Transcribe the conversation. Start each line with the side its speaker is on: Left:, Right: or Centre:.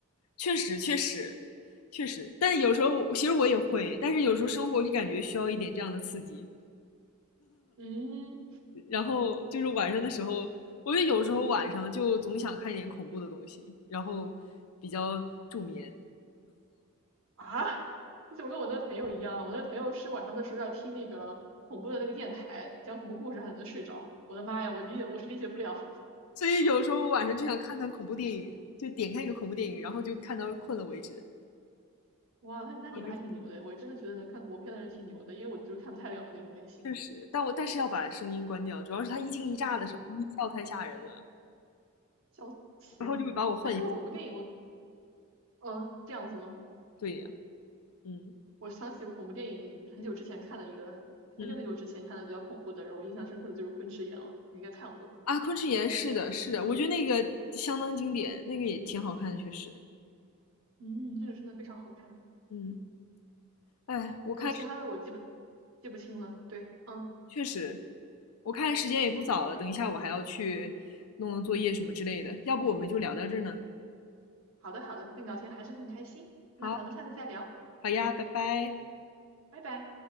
Left: 确实确实确实，但有时候我其实我也会，但是有时候生活就感觉需要一点这样的刺激，
Right: <laughs> 嗯。
Left: 然后就是晚上的时候，我觉得有时候晚上就总想看一点恐怖的东西，然后比较助眠，
Right: 啊，<laughs> 你怎么跟我那个朋友一样？我那个朋友是晚上的时候要听那个恐怖的那个电台讲恐怖故事，还能睡着。我的妈呀，我理解我是理解不了。
Left: 所以有时候晚上就想看看恐怖电影，就点开一个恐怖电影，然后就看到困了为止。
Right: 哇，那那你们还挺牛的，
Left: 我就
Right: 我真的觉得能看恐怖片的人挺牛的，因为我就是看不太了的那种类型，
Left: 确实，但我但是要把声音关掉，主要是它一惊一乍的时候音效太吓人了，
Right: 笑死。
Left: 然后就会把我唤醒。
Right: 哎，说到恐怖电影，我嗯、这样子吗？
Left: 对呀。嗯
Right: 我想起我恐怖电影很久之前看的一个，
Left: 嗯
Right: 很久很久之前看的比较恐怖的，然后我印象深刻的就是《昆池岩》了，你应该看过。
Left: 啊，昆池岩是的，是的，我觉得那个相当经典，那个也挺好看的，确实。
Right: 嗯，那个真的非常好看。
Left: 嗯，哎，我看
Right: 然后其他的我记不记不清了。对，嗯。
Left: 确实，我看时间也不早了，等一下我还要去弄弄作业什么之类的，要不我们就聊到这儿呢。
Right: 好的，好的，跟你聊天还是很开心，那咱们下次再聊，
Left: 好，好呀，拜拜。
Right: 拜拜。